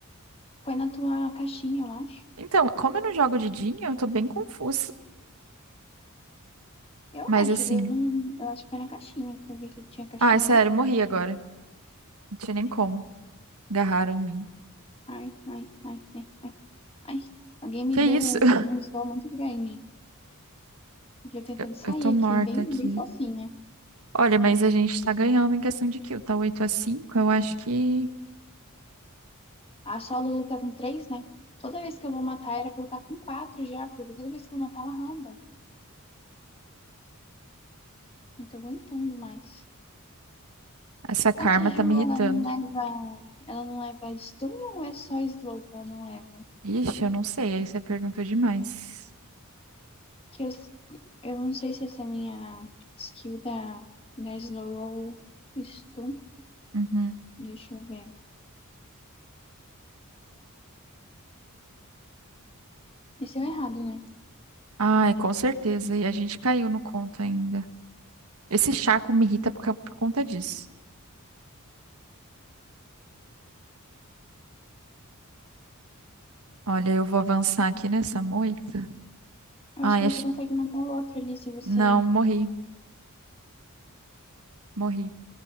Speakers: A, on the left; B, on the right.
A: Foi na tua caixinha, eu acho.
B: Então, como eu não jogo de Jean, eu tô bem confusa.
A: Eu
B: Mas
A: acho,
B: assim.
A: eu não. Eu acho que foi na caixinha que eu vi que tinha caixinha
B: Ai, sério,
A: ali.
B: eu morri agora. Não tinha nem como. Agarraram em mim.
A: Ai, ai, ai, ai, ai. Alguém me
B: Que isso?
A: deu um,
B: <laughs>
A: um slow muito grande. E eu tentando
B: Eu
A: sair
B: eu tô morta
A: aqui, bem,
B: aqui.
A: bem fofinha.
B: Olha, mas a gente tá ganhando em questão de kill, tá 8 a 5. eu acho que
A: A Solo luta com três, né? Toda vez que eu vou matar era pra eu estar com quatro já, porque toda vez que eu vou matar ela ramba. Não tô aguentando mais.
B: essa karma
A: A Seju,
B: tá me irritando.
A: ela não leva. Ela não leva stun ou é só slow que ela não leva?
B: Ixi, eu não sei, aí você perguntou demais.
A: Que eu, eu não sei se essa é a minha skill da, da slow ou stun.
B: Uhum.
A: Deixa eu ver. Esse é o errado, né?
B: Ai, com certeza, e a gente caiu no conto ainda. Esse Chaco me irrita por, ca- por conta disso. Olha, eu vou avançar aqui nessa moita.
A: Eu
B: Ai,
A: acho que você
B: ach-
A: consegue matar o outro ali se você.
B: não, morri, morri.